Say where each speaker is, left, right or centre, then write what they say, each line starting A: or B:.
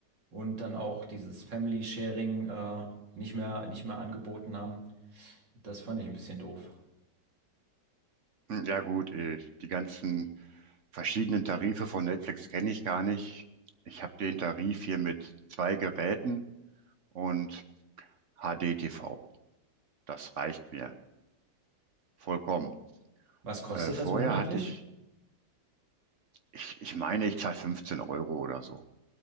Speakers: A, on the right; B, on the right.
A: und dann auch dieses Family Sharing äh, nicht mehr, nicht mehr angeboten haben. Das fand ich ein bisschen doof.
B: Hm, Ja gut, ich, die ganzen verschiedenen Tarife von Netflix kenne ich gar nicht. Ich habe den Tarif hier mit zwei Geräten und HD-TV. Das reicht mir vollkommen.
A: Was kostet
B: Äh, vorher
A: das monatlich?
B: hatte ich, ich, ich meine, ich zahle 15 Euro oder so.